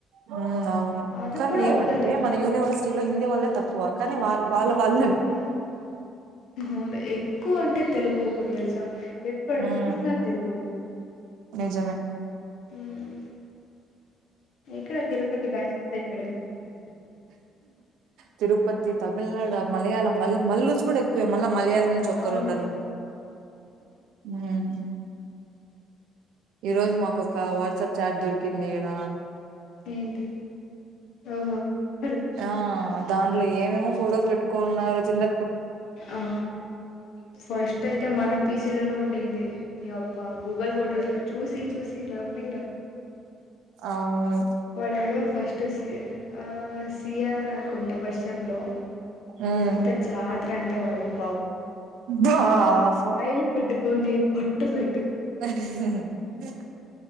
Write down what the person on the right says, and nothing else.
హ్మ్ అవును
కానీ
ఏమంటే
మన యూనివర్స్ చలో హిందీ వాళ్లే తక్కువ కానీ వా వాళ్ళ వాళ్ళు
ఉమ్
నిజమే
తిరుపతి తమిళనాడు మలయాళం మళ్ల్ మల్లూస్ కూడా ఎక్కువే మళ్ళా మలయాళం నుంచి ఒక్కరు
ఉండరు హ్మ్ ఈ రోజు మాకొక వాట్సాప్ చాట్ దొరికింది ఇడ
ఆ దాంట్లో ఏమేమో ఫొటోస్ పెట్టుకోనున్నారు చిన్న
అవున్
ఉమ్
బాబు
హ్మ్